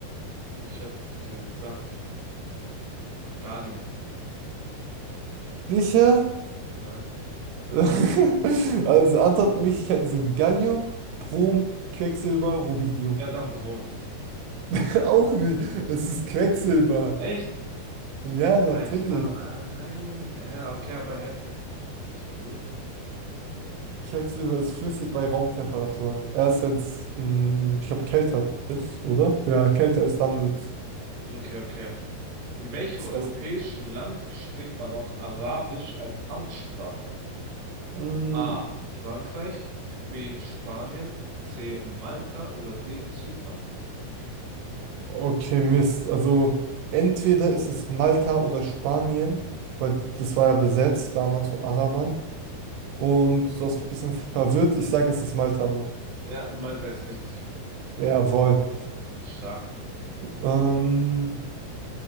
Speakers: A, on the right; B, on the right.
A: Ich hätte gesagt Gallium.
B: Sicher?
A: Nein.
B: <laughs> Also Antwortmöglichkeiten sind Gallium, Brom, Quecksilber, Rubidium.
A: Ja, dann Brom.
B: <laughs> Auch nicht. Es ist Quecksilber.
A: Echt?
B: Ja, natürlich.
A: Ah, Ich dachte, ah nein. Äh, Okay, aber hätte. Bin ich blöd?
B: Quecksilber ist flüssig bei Raumtemperatur. Erst wenn es, ich glaube, kälter ist, oder? Ja, kälter ist, dann wird es
A: Okay, okay. In welchem
B: fest.
A: europäischen Land spricht man auch Arabisch als Amtssprache?
B: Mm,
A: A. Frankreich, B. Spanien, C. Malta oder D. Zypern?
B: okay, Mist. Also entweder ist es Malta oder Spanien, weil das war ja besetzt damals von Arabern. Und du hast mich ein bisschen verwirrt. Ich sage, es ist Malta nur.
A: Ja, Malta ist richtig
B: Jawohl.
A: stark.
B: Ähm,